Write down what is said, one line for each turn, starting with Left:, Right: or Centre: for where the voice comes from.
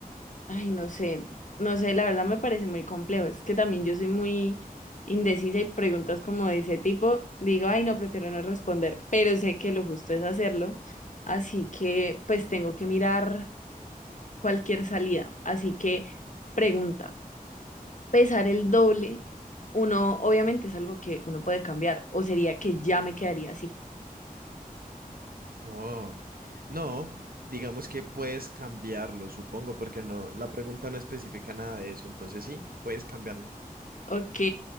Left: Ay, no sé, no sé, la verdad me parece muy complejo. Es que también yo soy muy indecisa y preguntas como de ese tipo, digo, ay, no, prefiero no responder, pero sé que lo justo es hacerlo, así que pues tengo que mirar cualquier salida. Así que pregunta, ¿pesar el doble? Uno, obviamente es algo que uno puede cambiar, o sería que ya me quedaría así.
Right: Oh, no, digamos que puedes cambiarlo, supongo, porque no, la pregunta no especifica nada de eso, entonces sí, puedes cambiarlo.
Left: Ok,